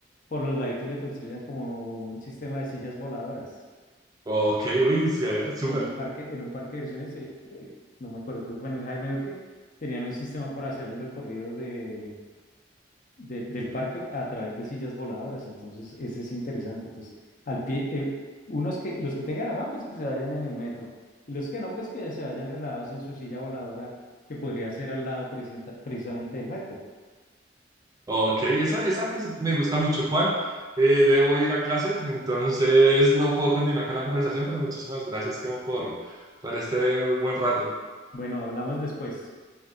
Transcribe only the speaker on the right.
Ok, uy, sí, a ver, súper.
Ok, esa, esa me me gusta mucho, Juan. Eh, debo ir a clases, entonces no puedo continuar con la conversación, pero muchísimas gracias como por, por este buen rato.